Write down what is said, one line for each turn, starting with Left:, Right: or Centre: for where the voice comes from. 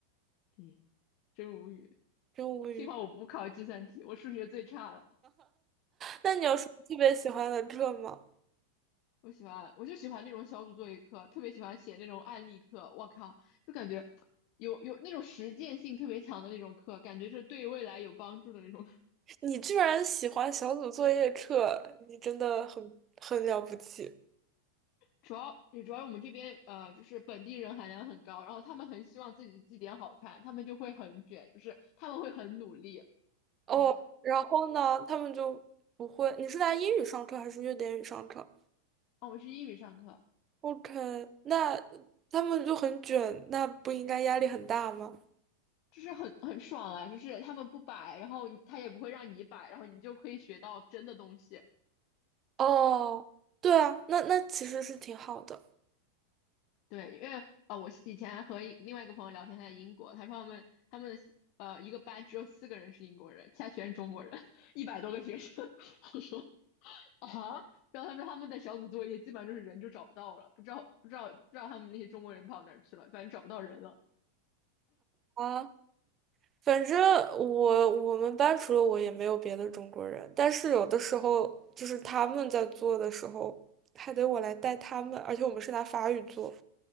Left: 哎真无语。
Right: 真无语。
Left: 幸好我不考计算题，我数学最差了。
Right: 那你有什么特别喜欢的课吗？
Left: 我喜欢，我就喜欢那种小组作业课，特别喜欢写那种案例课。我靠，就感觉有有那种实践性特别强的那种课，感觉是对未来有帮助的那种。<laughs>
Right: 你居然喜欢小组作业课，你真的很很了不起
Left: 主要也主要我们这边呃，就是本地人含量很高，然后他们很希望自己的字典好看，他们就会很卷，就是他们会很努力。
Right: 哦。
Left: 哇，
Right: 然后呢，他们就不会。你是拿英语上课还是瑞典语上课
Left: 哦，我是英语上课，
Right: ？OK，那他们就很卷，那不应该压力很大吗？
Left: 就是很很爽啊，就是他们不摆，然后他也不会让你摆，然后你就可以学到真的东西。
Right: 哦，对啊，那那其实是挺好的
Left: 对，因为呃，我是以前和一另外一个朋友聊天，他在英国，他说他们他们的呃一个班只有四个人是英国人，其他全是中国人，一百多个学生。<laughs> 我说啊，然后他说他们的小组作业基本上就是人就找不到了，不知道不知道不知道他们那些中国人跑哪儿去了，反正找不到人了。
Right: 啊。反正我我们班除了我也没有别的中国人，但是有的时候就是他们在做的时候，还得我来带他们，而且我们是拿法语做，